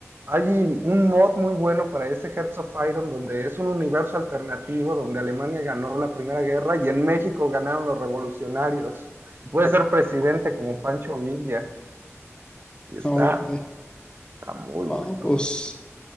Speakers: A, on the right; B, on the left.
A: Hay un mod muy bueno para ese Hearts of Iron, donde es un universo alternativo, donde Alemania ganó la Primera Guerra y en México ganaron los revolucionarios. Puede ser presidente como Pancho Villa. Y está,
B: Ok.
A: está muy bueno.
B: Ah, pues